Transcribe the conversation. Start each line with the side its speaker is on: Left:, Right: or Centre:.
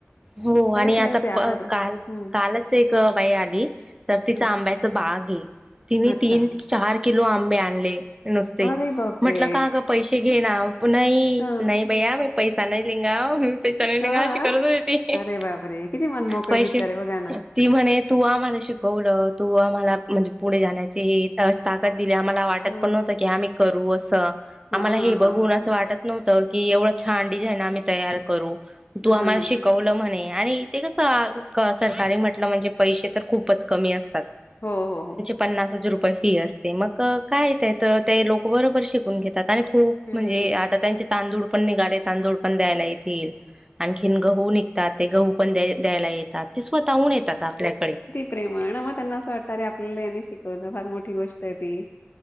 Right: हो
Left: सगळ्यात
Right: आणि आता
Left: मेन ते आपल्याला
Right: प काल
Left: हं,
Right: कालच एक बाई आली तर तिचा
Left: हं.
Right: आंब्या बाग ये तिनी
Left: अच्छा.
Right: तीन चार किलो आंबे आणले. नुसते
Left: अरे बापरे!
Right: म्हटलं का ग पैसे घे ना नही
Left: हं,
Right: नही बया मी पैसा नाय लेंगा. पैसा नाय लेंगा
Left: अ,
Right: अशी करत होती ती
Left: अरे बापरे! किती मनमोकळे
Right: पैसे
Left: बिचारे बघा ना.
Right: ती म्हणे तू आम्हाला शिकवलं तू आम्हाला म्हणजे पुढे जाण्याची ताकद दिली आम्हाला वाट
Left: हां,
Right: त पण नव्हत आम्ही करू असं
Left: हां,
Right: आम्हाला
Left: हां,
Right: हे
Left: हां,
Right: बघून
Left: हां.
Right: असं वाटत नव्हतं की एवढं छान डिझाईन आम्ही तयार करू तू
Left: हां,
Right: आम्हाला
Left: हां, हां.
Right: शिकवलं म्हणे आणि ते कसं सरकारी म्हटलं म्हणजे पैसे तर खूपच कमी असतात.
Left: हो हो हो.
Right: पन्नासचं हजार रुपये फी असते मग काय तर ते लोक बरोबर शिकून घेतात आणि खूप
Left: हं.
Right: म्हणजे आता त्यांचे तांदूळ पण निघाले तांदूळ पण द्यायला येतील. आणखीन गहू निघतात ते गहू पण द्या द्यायला येतात ते स्वतःहून येतात आपल्याकडे
Left: प्रेमळ नं मग त्यांना असं वाटतं अरे आपल्याला यांनी शिकवलं फार मोठी गोष्ट आहे ती.